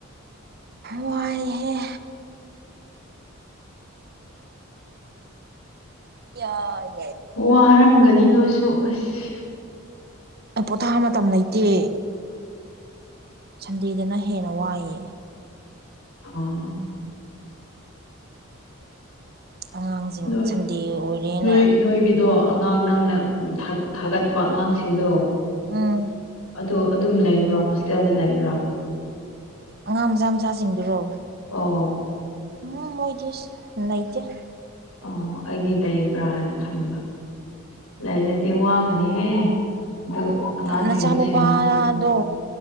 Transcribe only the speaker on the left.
ꯋꯥꯔꯝꯒꯅꯤ ꯅꯣꯏꯁꯨ ꯑꯁ
ꯑꯣ
ꯅꯣꯏ
ꯅꯣꯏ ꯅꯣꯏꯒꯤꯗꯣ ꯑꯉꯥꯡ ꯅꯪꯅ ꯊꯥꯒꯠꯄ ꯑꯉꯥꯡꯁꯤꯡꯗꯣ
ꯑꯗꯣ ꯑꯗꯨꯝ ꯂꯩꯕ꯭ꯔꯥ ꯍꯣꯁꯇꯦꯜꯗ ꯂꯩꯕ꯭ꯔꯥ
ꯑꯣ
ꯑꯣ ꯑꯩꯗꯤ ꯂꯩꯕ꯭ꯔꯥ ꯍꯥꯏꯅ ꯈꯟꯕ ꯂꯩꯔꯗꯤ ꯋꯥꯒꯅꯤꯍꯦ ꯑꯗꯨ ꯑꯉꯥꯡꯁꯤꯡꯗꯣ
ꯁꯦꯟꯅꯔꯗꯤ